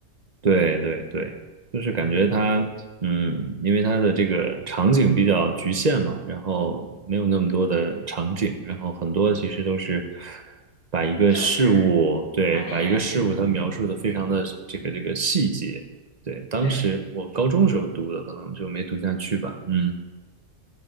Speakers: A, on the right (about 30°); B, on the left (about 60°).
A: 对对对，就是感觉它，
B: 嗯，
A: 嗯，因为它的这个场景比较局限嘛，然后没有那么多的场景，然后很多其实都是把一个事物，
B: 政治、
A: 对，
B: 谈恋爱，
A: 把一个事物它描述的非常的这个这个细节。
B: 嗯，
A: 对，当时我高中时候读的，
B: 对。
A: 可能就没读下去吧。嗯，